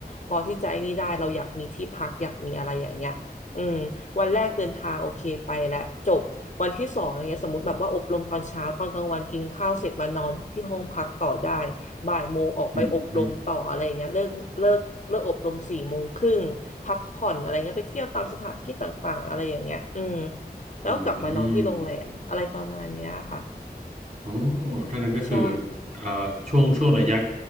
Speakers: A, on the left; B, on the right.
A: พอที่จะไอ้นี่ได้เราอยากมีที่พักอยากมีอะไรอย่างเงี้ยอืมวันแรกเดินทางโอเคไปแล้วจบวันที่สองอย่างเงี้ยสมมติแบบว่าอบรมตอนเช้าตอนกลางวันกินข้าวเสร็จมานอนที่ห้องพักต่อได้บ่ายโมงออกไปอบรมต่ออะไรอย่างเงี้ยเลิกเลิกเลิกอบรมสี่โมงครึ่งพักผ่อนอะไรเงี้ยไปเที่ยวตามสถานที่ต่างๆอะไรอย่างเงี้ยอืม
B: อืม
A: แล้วกลับมานอนที่โรงแรมอะไรประมาณเนี้ยค่ะ
B: อืม โอ้ถ้างั้นก็คือ
A: ใช่
B: เอ่อช่วงช่วงระยะ